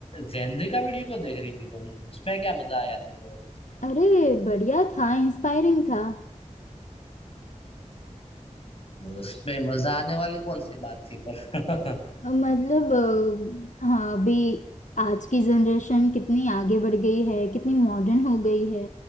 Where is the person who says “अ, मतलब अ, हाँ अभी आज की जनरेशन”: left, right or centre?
Left